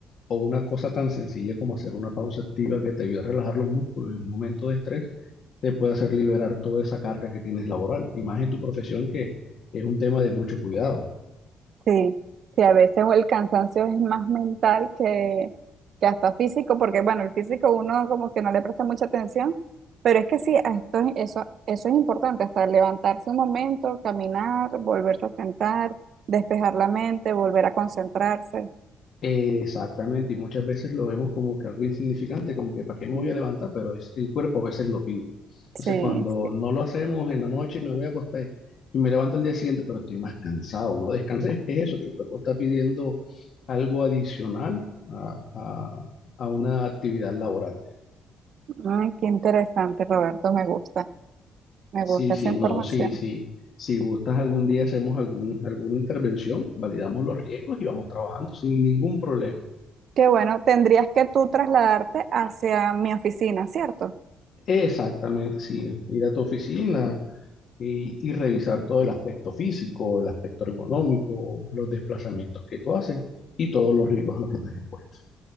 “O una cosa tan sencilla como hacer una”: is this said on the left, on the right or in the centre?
Left